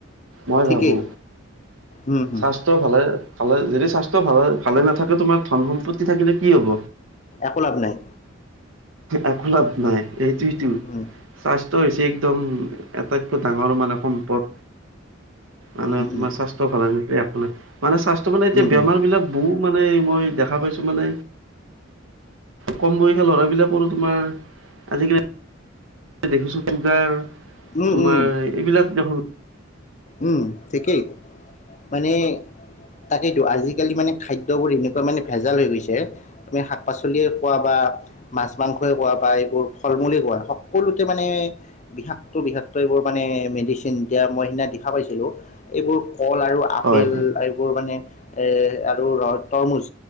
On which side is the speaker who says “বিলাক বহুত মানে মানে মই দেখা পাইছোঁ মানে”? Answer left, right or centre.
Right